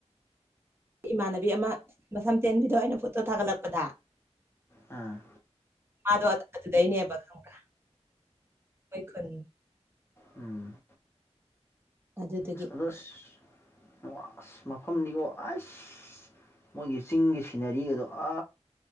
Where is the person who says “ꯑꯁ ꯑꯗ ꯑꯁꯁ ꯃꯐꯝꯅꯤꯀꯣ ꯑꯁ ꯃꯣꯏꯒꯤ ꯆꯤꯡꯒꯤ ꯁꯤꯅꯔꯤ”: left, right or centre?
Left